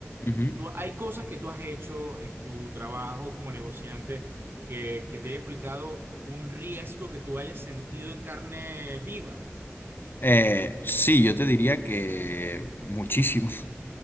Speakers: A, on the left; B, on the right.
A: Ujú.
B: eh, tú, hay cosas que tú has hecho en tu trabajo como negociante que, que te haya implicado un riesgo que tú hayas sentido en carne viva.
A: Eh, sí, yo te diría que muchísimo.